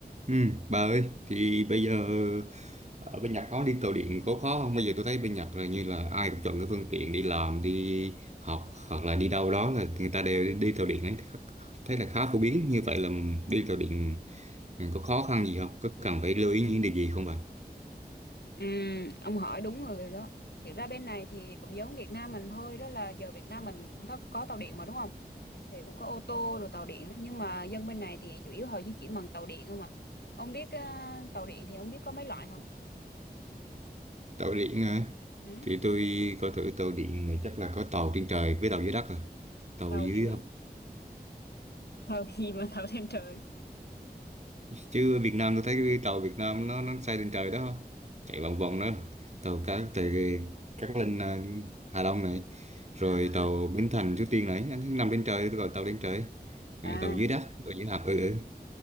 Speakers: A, on the right (about 40°); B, on the left (about 75°).
A: Ừ, bà ơi, thì bây giờ ở bên Nhật có đi tàu điện có khó không? Bây giờ tôi thấy bên Nhật là như là ai cũng chọn cái phương tiện đi làm, đi học hoặc là đi đâu đó là người ta đều đi, đi tàu điện ấy. Thấy là khá phổ biến như vậy là đi tàu điện có khó khăn gì không? Có cần phải lưu ý những điều gì không bà?
B: Ừ, ông hỏi đúng người rồi đó. Thiệt ra bên này thì cũng giống Việt Nam mình thôi, đó là giờ Việt Nam mình cũng có, có tàu điện mà đúng không? Thì cũng có ô tô rồi tàu điện đó. Nhưng mà dân bên này thì chủ yếu họ di chuyển bằng tàu điện không ạ? Ông biết ờ, tàu điện thì ông biết có mấy loại không?
A: Tàu điện hả?
B: Ừ?
A: Thì tôi coi thử tàu điện này chắc là có tàu trên trời với tàu dưới đất rồi. Tàu
B: Tàu
A: dưới
B: gì mà? Tàu gì mà tàu trên trời?
A: chứ Việt Nam tôi thấy cái tàu Việt Nam nó nó xây lên trời đó chạy vòng vòng đó tàu cá từ Cát Linh à, Hà Đông này rồi
B: À,
A: tàu Bến Thành Suối Tiên này anh nằm trên trời tôi gọi tàu lên trời
B: à,
A: rồi tàu dưới đất tàu dưới hầm ừ, ừ.